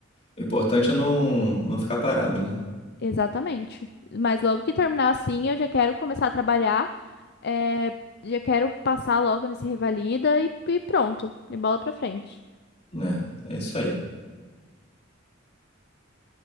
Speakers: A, on the left; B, on the left.
A: o importante é não, não ficar parado, né?
B: Exatamente. Mas logo que terminar assim, eu já quero começar a trabalhar. é, já quero passar logo nesse Revalida e, e pronto. E bola pra frente.
A: Né, É, isso aí.